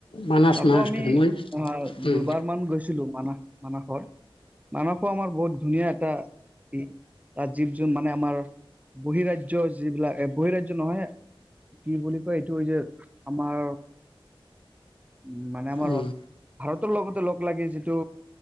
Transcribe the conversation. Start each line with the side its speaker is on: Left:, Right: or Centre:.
Left: মানাছ
Right: তাতো
Left: মাছ
Right: আমি
Left: মই
Right: অ'হ
Left: উম
Right: দুবাৰ মান গৈছিলো। <inaudible> মানস, মানসত, মানসো আমাৰ বহুত ধুনীয়া এটা ই জীৱ জোন মানে আমাৰ বহিঃৰাজ্য যিবিলাক ৰাজ্য নহয় কি বুলি কয়? এইটো যে আমাৰ উ'ম মানে আমাৰ
Left: উম
Right: ভাৰতৰ লগতে লগ লাগি যি তো।